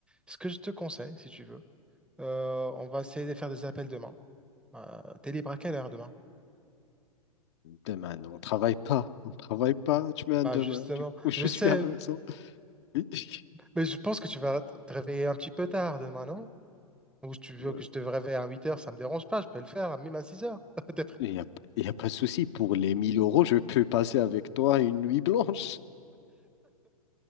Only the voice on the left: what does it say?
Demain, on travaille pas. On travaille pas. Tu mets un
demain.
Du coup, <laughs> je
suis à la maison. <laughs>
Oui.
Mais
Il n'y a, il y a pas de souci. Pour les 1000 euros, je peux passer avec toi une nuit blanche.